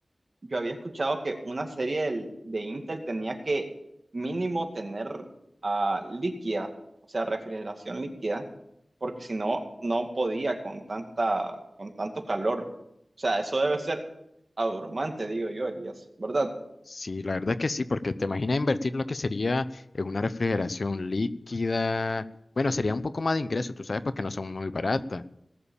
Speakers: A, on the right; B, on the left.
A: yo había escuchado que una serie del- de Intel tenía que mínimo tener ah, líquida, o sea, refrigeración líquida, porque si no, no podía con tanta, con tanto calor. O sea, eso debe ser abrumante, digo yo, Elías, ¿verdad?
B: Sí, la verdad es que sí, porque te imaginas invertir lo que sería en una refrigeración líquida. Bueno, sería un poco más de ingreso, tú sabes, pues que no son muy baratas.